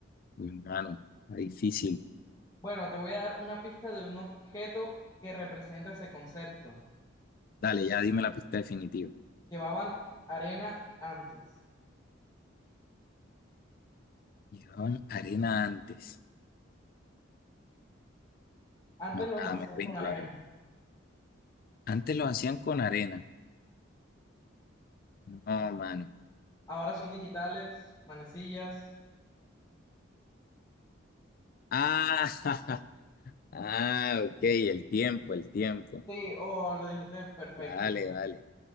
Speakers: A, on the left; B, on the left.
A: Uy, mano, está difícil.
B: Bueno, te voy a dar una pista de un objeto que representa ese concepto.
A: Dale, ya dime la pista definitiva.
B: Llevaban arena antes.
A: Llevaban arena antes.
B: Antes
A: No,
B: los
A: nada,
B: hacían
A: me rindo,
B: con arena.
A: la verdad. Antes lo hacían con arena. No, mano.
B: Ahora son digitales, manecillas.
A: Ah, <laughs> ah, ok, el tiempo, el tiempo.
B: Sí, oh, lo dijiste perfecto.
A: Dale, dale.